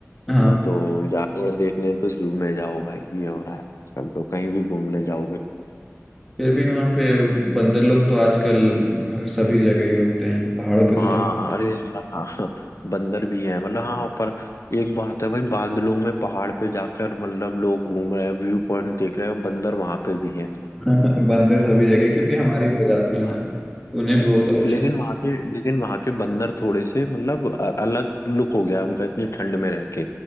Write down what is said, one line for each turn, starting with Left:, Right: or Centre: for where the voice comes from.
Centre: हाँ
Left: है ना तो जानवर देखने तो जू में जाओ भाई ये हो रहा है आजकल तो कहीं भी घूमने जाओगे
Centre: फिर भी वहाँ पे बंदर लोग तो आजकल सभी जगह ही होते हैं पहाड़ों पे तो
Left: हाँ
Centre: जा
Left: अरे यार हाँ बंदर भी है मतलब हाँ पर एक बात है भाई बादलों में पहाड़ पे जाकर मतलब लोग घूम रहे हैं व्यू पॉइंट देख रहे हैं बंदर वहां पे भी है
Centre: <laughs> बंदर सभी जगह क्योंकि हमारी प्रजाति है
Left: हाँ
Centre: ना तो उन्हें भी वो सब अच्छा
Left: लेकिन वहां के लेकिन वहां के बंदर थोड़े से मतलब अ- अलग लुक हो गया है उनका इतनी ठंड में रह के